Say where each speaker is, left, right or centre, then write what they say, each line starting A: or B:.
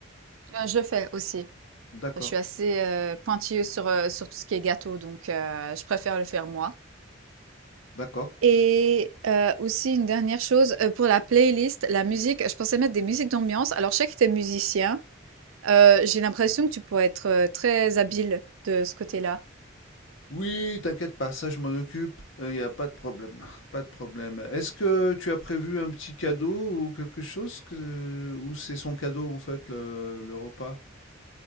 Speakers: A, on the right; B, on the left.
A: Euh, je le fais aussi.
B: D'accord,
A: Je suis assez euh, pointilleuse sur, euh, sur tout ce qui est gâteau, donc euh, je préfère le faire moi.
B: d'accord.
A: Et euh, aussi une dernière chose, euh, pour la playlist, la musique, je pensais mettre des musiques d'ambiance. Alors, je sais que tu es musicien, euh, j'ai l'impression que tu pourrais être euh, très habile de ce côté-là.
B: Oui, t'inquiète pas, ça je m'en occupe, il n'y a pas de problème, pas de problème. Est-ce que tu as prévu un petit cadeau ou quelque chose que... ou c'est son cadeau en fait, le, le repas?